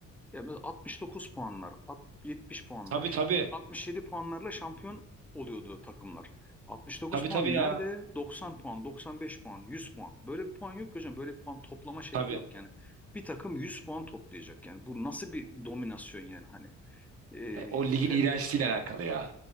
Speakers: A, in the centre; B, on the right.
A: Ya mesela 69 puanlar, alt- 70 puanlar,
B: Tabii tabii.
A: 67 puanlarla şampiyon oluyordu takımlar. 69
B: Tabii
A: puan
B: tabii ya.
A: nerede? 90 puan, 95 puan, 100 puan. Böyle bir puan yok ki hocam. Böyle bir puan toplama şekli
B: Tabii.
A: yok yani. Bir takım 100 puan toplayacak yani. Bu nasıl bir dominasyon yani hani. Ee,
B: E, o ligin
A: Fe-
B: iğrençliğiyle alakalı ya.